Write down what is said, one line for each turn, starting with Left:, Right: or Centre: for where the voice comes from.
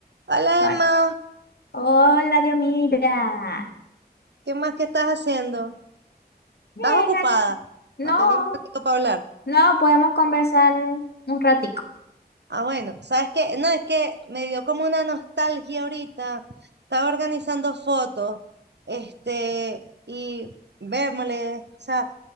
Right: Hola
Left: Ho-
Right: Emma,
Left: Hola, Dios, mira.
Right: ¿qué más que estás haciendo?
Left: Bien,
Right: ¿Estás ocupada?
Left: aquí. No,
Right: ¿O tenés un ratito para hablar?
Left: no, podemos conversar un ratico.
Right: Ah, bueno, ¿sabes qué? No, es que me dio como una nostalgia ahorita. Estaba organizando fotos, este, y vérmole, o sea,